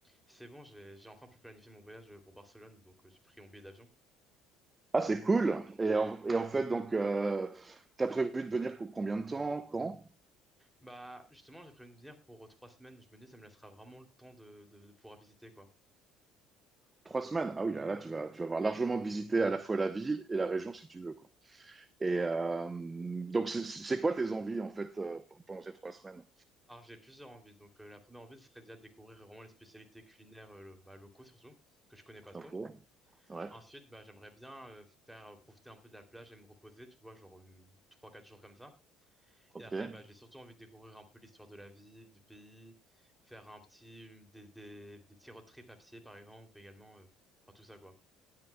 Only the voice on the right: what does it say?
Ah, c'est cool. Et en, et en fait, donc, euh, t'as prévu de venir pour combien de temps? Quand?
Trois semaines. Ah oui, là, là, tu vas, tu vas avoir largement visité à la fois la ville et la région si tu veux, quoi. Et euh, donc, c'est c'est quoi tes envies en fait euh, pendant ces trois semaines?
Ok, ouais,
ok,